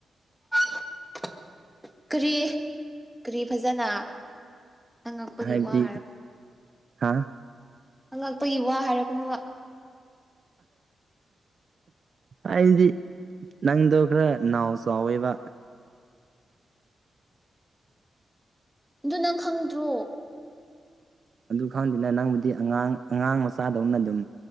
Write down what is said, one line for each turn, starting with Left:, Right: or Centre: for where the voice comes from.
Centre: <inaudible> ꯀꯔꯤ ꯀꯔꯤ ꯐꯖꯅ ꯑꯉꯛꯄꯒꯤ
Right: ꯍꯥꯏꯕꯗꯤ
Centre: ꯋꯥ ꯍꯥꯏꯔꯛ
Right: ꯍꯥ
Centre: ꯑꯉꯛꯄꯒꯤ ꯋꯥ ꯍꯥꯏꯔꯛꯀꯅꯣꯕ
Right: ꯑꯩꯗꯤ ꯅꯪꯗꯣ ꯈꯔ ꯅꯥꯎ ꯆꯥꯎꯋꯦꯕ
Centre: ꯑꯗꯨ ꯅꯪ ꯈꯪꯗ꯭ꯔꯣ
Right: ꯑꯗꯨ ꯈꯪꯗꯨꯅ ꯅꯪꯕꯨꯗꯤ ꯑꯉꯥꯡ ꯑꯉꯥꯡ ꯃꯆꯥꯗꯧꯅ ꯑꯗꯨꯝ